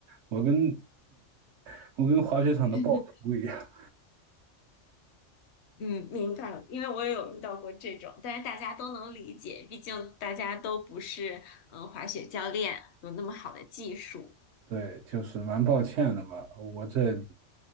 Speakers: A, on the right; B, on the left.
A: 我跟 <laughs> 我跟滑雪场的暴徒一样，
B: <laughs> 嗯，明白了，因为我也有遇到过这种，但是大家都能理解，毕竟大家都不是嗯滑雪教练，有那么好的技术。
A: 对，就是蛮抱歉的嘛，我这